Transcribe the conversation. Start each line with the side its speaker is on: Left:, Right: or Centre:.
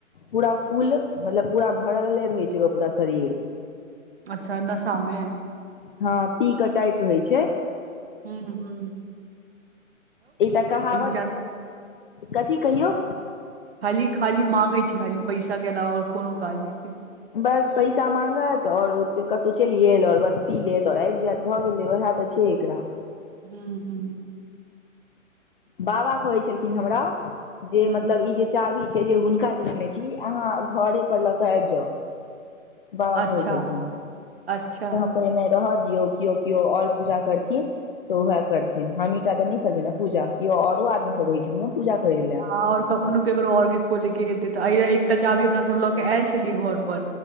Left: पूरा फूल मतलब पूरा भरले रहै छै ओकर पूरा शरीर
Right: अच्छा नशा मे
Left: हाँ पी कऽ टाइट रहै छै
Right: हू हू
Left: ई तऽ कहावत
Right: चन्द
Left: कथी कहियौ
Right: खाली खाली मांगे छे खाली पैसा के अलावा ओ कोनो काज नहि छै
Left: बस पैसा मांगत और ओ कतो चलि गेल और बस पी लेत और आएब जायत बस उएह तऽ छै ठीक रह
Right: हू हू
Left: बाबा कहै छलखिन हमरा जे
Right: हूँ
Left: मतलब ई जे चाभी छै जे हुनका देने छी अहाँ घरे पर लऽ के आबि जाउ बाबा
Right: अच्छा
Left: कहै छलखिन
Right: अच्छा
Left: तऽ हम कहिय नहि रहऽ दियौ किओ किओ और पूजा करथिन तऽ उएह करथिन हम ईटा तऽ नहि करबै ने पूजा किओ ओरो आदमी सभ रहैत छै ने पूजा करे ला
Right: आ और कखनो ककरो और के खोलेके हेतै तऽ एहि एकटा चाभी अपना सभ लऽ कऽ आयल छलियै घर पर